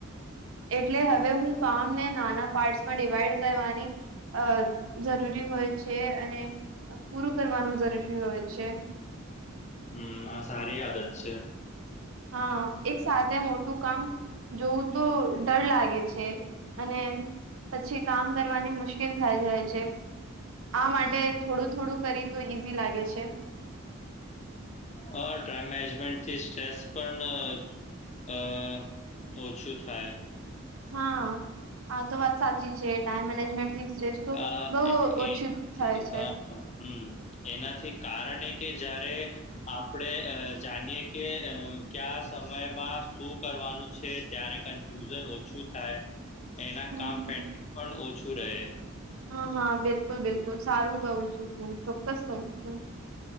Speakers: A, on the right (about 75°); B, on the left (about 35°).
A: એટલે હવે હું કામ ને નાના પાર્ટ માં ડિવાઈડ કરવાની અ જરૂરી હોય છે અને પૂરું કરવાનું જરીરી હોય છે.
B: હમ આ સારી આદત છે.
A: હા એક સાથે મોટું કામ જોવું તો ડર લાગે છે. અને પછી કામ કરવાની મુશ્કેલ થાય જાય છે. આ માટે થોડું થોડું કરી તો ઈઝી લાગે છે.
B: હા ટાઈમ મેનેજમેન્ટથી સ્ટ્રેસ પણ અ ઓછું થાય.
A: હા આ તો વાત સાચી છે ટાઈમ મેનેજમેન્ટ તો
B: અ
A: બહુ
B: એ
A: ઓછું
B: એનાથી
A: થાય છે.
B: અ હમ એનાથી કારણ એ કે જયારે આપણે જાણીયે કે ક્યા સમયમાં શું કરવાનું છે ત્યારે ફ્યુઝન ઓછું થાય એના
A: હમ
B: કામ પેન્ડિંગ પણ ઓછું રહે.
A: હા હા બિલકુલ બિલકુલ સારું કહું છું તું ચોક્કસ કહું છું.